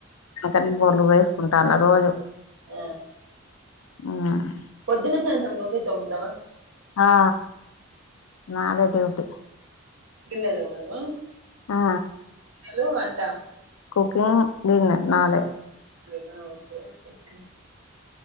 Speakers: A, on the left; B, on the right.
A: అతని <unintelligible> వేసుకుంటాన్న రోజు
B: ఆ
A: ఉమ్,
B: పొద్దున సాయంత్రం నూవై తొమ్మతవ
A: ఆ నదే డ్యూటీ
B: గిన్నెలు తొమడమ
A: ఆ
B: గిన్నెలు వంట
A: కుకింగ్ డిన్నర్ నాదే
B: నా ఓకే ఒకే